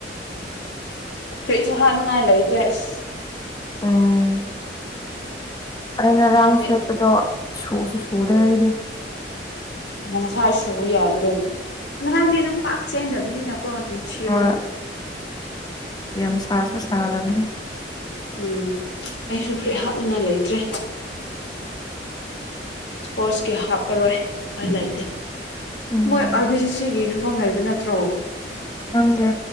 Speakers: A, on the left; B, on the left.
A: <inaudible> ꯐꯨꯔꯤꯠꯁꯨ ꯍꯥꯞꯅꯤꯡꯉꯥꯏ ꯂꯩꯇ꯭ꯔꯦ ꯑꯁ
B: ꯑꯥ ꯑ ꯉꯔꯥꯡ
A: ꯅꯪꯗꯤ
B: ꯁꯦꯠꯄꯗꯣ ꯁꯨꯔꯁ ꯁꯨꯗꯒ
A: ꯎ ꯁꯥ ꯌꯥꯗ꯭ꯔꯣ ꯉꯔꯥꯡꯗꯤ ꯑꯗꯨꯝ ꯄꯥꯛ ꯆꯦꯟꯗꯕꯅꯤꯅꯀꯣ ꯑꯗꯨꯝ ꯊꯤꯔꯣꯏ
B: ꯍꯣꯏ ꯌꯥꯝ ꯁꯥꯁꯨ ꯁꯥꯗꯕꯅꯦ
A: ꯎꯝ ꯑꯩꯁꯨ ꯐꯨꯔꯤꯠ ꯍꯥꯞꯅꯤꯡꯉꯥꯏ ꯂꯩꯇ꯭ꯔꯦ ꯏꯁꯄꯣꯔꯠꯁ ꯀ ꯍꯥꯞ ꯄꯔꯣꯏ <unintelligible> ꯂꯩꯇꯦ
B: ꯎꯝ
A: ꯃꯣꯏ ꯑ ꯚꯤꯁꯤꯁꯤꯅꯤ ꯐꯣꯝ ꯂꯩꯕ ꯅꯠꯇ꯭ꯔꯣ
B: ꯈꯪꯗꯦ